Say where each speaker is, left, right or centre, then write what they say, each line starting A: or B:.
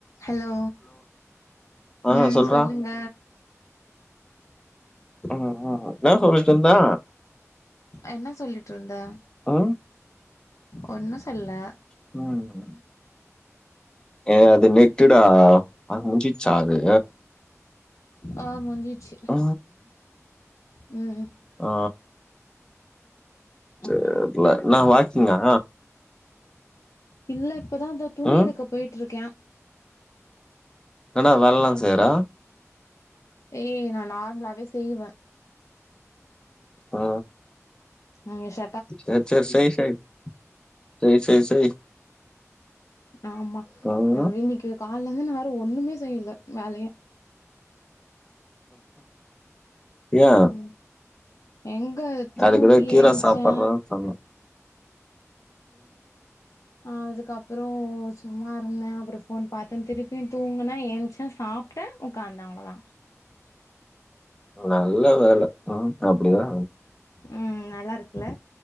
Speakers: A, on the left; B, on the left.
A: ஹலோ
B: ஆ
A: ம்
B: சொல்றா
A: சொல்லுங்க
B: அ அ என்னா சொல்லிட்ருந்தே
A: என்ன சொல்லிட்ருந்த
B: ஆ
A: ஒன்னு சொல்லல
B: ம் ஏ அது நெட்டுடா அ முடிஞ்சிச்சா அது
A: ஆ முடிஞ்சிச்சி
B: ஆ
A: ம்
B: ஆ தெர்ல
A: ம்
B: என்னா வாக்கிங்கா
A: இல்ல இப்பதாந்தோ துணி
B: ம்
A: எடுக்க போயிட்ருக்கே
B: என வேல்லலா செய்யிற
A: ஏய் நா நார்மலாவே செய்யிவே
B: ஆ
A: ம் ஷ
B: சரி சரி செய் செய் செய் செய் செய்
A: ஆமா
B: ம்
A: அ இன்னைக்கு கால்லருந்து நா வேற ஒண்ணுமே செய்யல வேலயு
B: ஏ
A: ம் எங்க தூங்கி
B: அதுக்கு தா கீர
A: ஏன்ச்சே
B: சாப்புனுன்னு சொன்னே
A: அ அதுக்கப்றோ சும்மா இருந்தே அப்றோ ஃபோன் பாத்தே திருப்பியு தூங்குனே ஏஞ்சே சாப் ட்டே உக்காந்தே அவ்ளோதா
B: நல்ல வேல ம் அப்டிதா
A: ம் நல்லா இருக்குல்ல